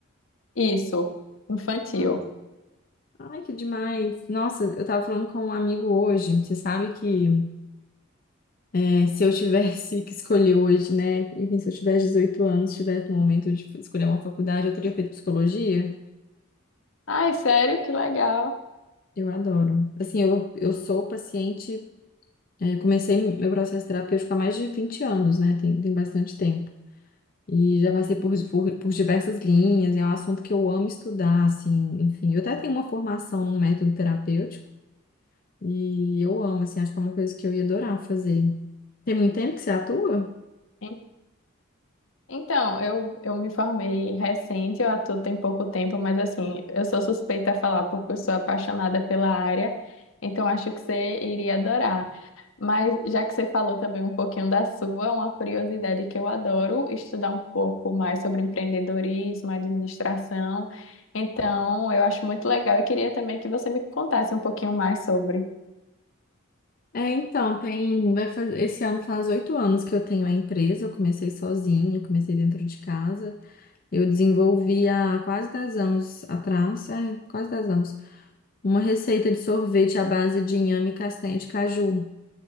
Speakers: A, on the left; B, on the left.
A: Isso, infantil.
B: Ah, Ai, que demais. Nossa, eu tava falando com um amigo hoje. Você sabe que. É, se eu tivesse que escolher hoje, né? Enfim, se eu tivesse 18 anos, tivesse no momento de escolher uma faculdade, eu teria feito psicologia.
A: Ai, sério? Que legal.
B: Eu adoro. Assim, eu, eu sou paciente, é, comecei meu processo terapêutico há mais de 20 anos, né? Tem, tem bastante tempo. E já passei por, por, por diversas linhas, é um assunto que eu amo estudar, assim, enfim. Eu até tenho uma formação num método terapêutico, e eu amo, assim, acho que é uma coisa que eu ia adorar fazer. Tem muito tempo que você atua?
A: En- Então, eu, eu me formei recente, eu atuo tem pouco tempo, mas assim, eu sou suspeita a falar porque eu sou apaixonada pela área, então acho que você iria adorar. Mas já que você falou também um pouquinho da sua, uma curiosidade que eu adoro estudar um pouco mais sobre empreendedorismo, administração. Então, eu acho muito legal e queria também que você me contasse um pouquinho mais sobre.
B: É, então, tem, vai fazer, esse ano faz oito anos que eu tenho a empresa, eu comecei sozinha, comecei dentro de casa. Eu desenvolvi há quase 10 anos atrás, é, quase 10 anos, uma receita de sorvete à base de inhame e castanha de caju.